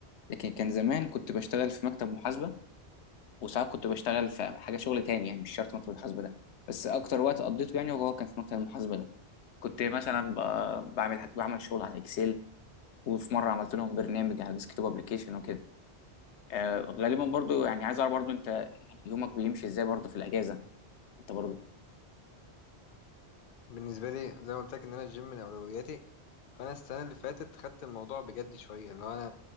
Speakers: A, on the left; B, on the left.
A: لكن كان زمان كنت بشتغل في مكتب محاسبه وساعات كنت بشتغل في حاجه شغل تاني يعني مش شرط مكتب المحاسبه ده بس اكتر وقت قضيته يعني هو كان في مكتب المحاسبه ده كنت مثلا ب- بعمل بعمل شغل على اكسل وفي مره عملت لهم برنامج على الديسكتوب ابلكيشن وكده آه غالبا برضو يعني عايز اعرف برضو انت يعني يومك بيمشي ازاي برضو في الاجازه انت برضو
B: بالنسبة لي زي ما قلت لك إن أنا الجيم من أولوياتي فأنا السنة اللي فاتت خدت الموضوع بجد شوية اللي هو أنا